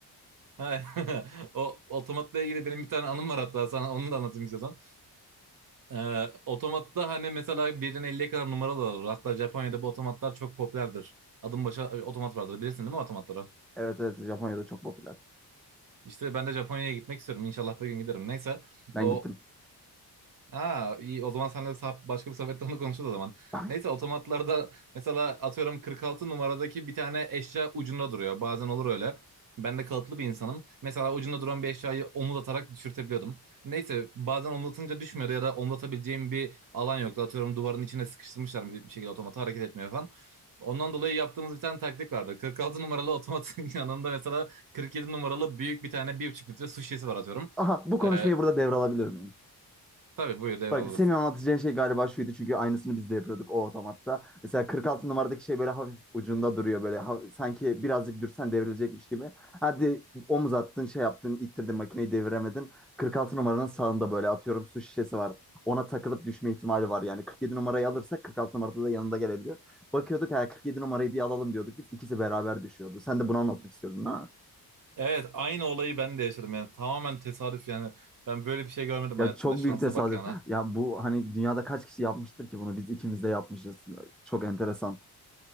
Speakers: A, on the right; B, in the centre.
A: Ha, <laughs> O otomatla ilgili benim bir tane anım var hatta sana onu da anlatayım istiyorsan. Ee, otomatta hani mesela birden 50'ye kadar numaralar olur. Hatta Japonya'da bu otomatlar çok popülerdir. Adım başa otomat vardır bilirsin değil mi otomatları?
B: Evet evet Japonya'da çok popüler.
A: İşte ben de Japonya'ya gitmek istiyorum. İnşallah bir gün giderim. Neyse
B: Ben
A: o
B: gittim.
A: Ha iyi o zaman seninle sah- başka bir sohbette onu konuşuruz o zaman.
B: <laughs>
A: Neyse otomatlarda mesela atıyorum 46 numaradaki bir tane eşya ucunda duruyor. Bazen olur öyle. Ben de kalıplı bir insanım. Mesela ucunda duran bir eşyayı omuz atarak düşürtebiliyordum. Neyse bazen omuzatınca düşmüyordu ya da omuzatabileceğim bir alan yoktu. Atıyorum duvarın içine sıkıştırmışlar bir bir şekilde otomatı hareket etmiyor falan. Ondan dolayı yaptığımız bir tane taktik vardı. 46 numaralı otomatın <laughs> yanında mesela 47 numaralı büyük bir tane 1,5 litre su şişesi var atıyorum.
B: Aha bu konuşmayı
A: Ee,
B: burada devralabilir miyim?
A: tabii buyur devralabilirsin.
B: Bak senin anlatacağın şey galiba şuydu çünkü aynısını biz de yapıyorduk o otomatta. Mesela 46 numaradaki şey böyle hafif ucunda duruyor böyle ha- sanki birazcık dürsen devrilecekmiş gibi. Hadi omuz attın şey yaptın ittirdin makineyi deviremedin. 46 numaranın sağında böyle atıyorum su şişesi var. Ona takılıp düşme ihtimali var yani 47 numarayı alırsak 46 numarada da yanında gelebilir. Bakıyorduk ha 47 numarayı bir alalım diyorduk biz ikisi beraber düşüyordu. Sen de bunu anlatmak istiyordun ha?
A: Evet aynı olayı ben de yaşadım yani tamamen tesadüf yani ben böyle bir şey görmedim
B: Ya
A: hayatımda
B: çok
A: şansa
B: büyük tesadüf.
A: bak yani.
B: Ya bu hani dünyada kaç kişi yapmıştır ki bunu? Biz ikimiz de yapmışız. Ya Çok enteresan.